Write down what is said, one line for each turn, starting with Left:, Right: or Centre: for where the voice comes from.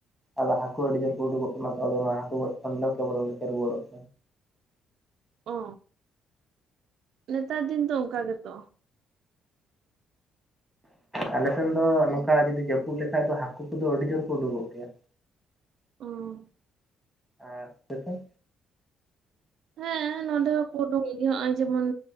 Centre: ᱟᱫᱚ ᱦᱟᱠᱩ ᱟᱹᱰᱤ ᱡᱳᱨ ᱠᱚ ᱩᱰᱩᱠᱚᱜ ᱠᱟᱱᱟ, ᱛᱚ ᱟᱫᱚ ᱚᱱᱟ ᱦᱟᱠᱩ ᱜᱚᱡ ᱠᱷᱚᱱ ᱞᱚ ᱠᱮᱣᱚᱞ ᱠᱚ ᱨᱩᱣᱟᱹᱲᱚᱜ ᱠᱟᱱ᱾
Right: ᱚ ᱱᱮᱛᱟᱨ ᱫᱤᱱ ᱫᱚ ᱚᱸᱠᱟ ᱜᱮᱛᱚ᱾
Centre: ᱟᱞᱮ ᱥᱮᱱ ᱫᱚ ᱱᱚᱝᱠᱟ ᱡᱩᱫᱤ ᱡᱟᱹᱯᱩᱫ ᱞᱮᱠᱷᱟᱡ ᱫᱚ ᱦᱟᱠᱩ ᱠᱚᱫᱚ ᱟᱹᱰᱤ ᱡᱳᱨ ᱠᱩ ᱩᱰᱩᱠᱚᱜ ᱜᱮᱭᱟ᱾
Right: ᱚᱦ!
Centre: ᱟᱨ ᱟᱯᱮᱥᱮᱱ?
Right: ᱦᱮᱸ ᱱᱚᱰᱮ ᱦᱚᱸᱠᱚ ᱩᱸᱰᱳᱝᱚᱜ ᱜᱮᱭᱟ, ᱟᱸ ᱡᱮᱢᱚᱱ